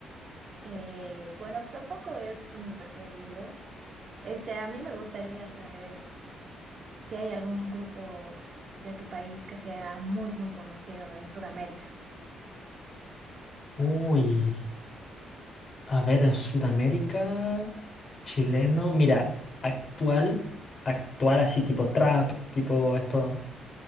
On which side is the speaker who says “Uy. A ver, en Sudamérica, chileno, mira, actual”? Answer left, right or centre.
Left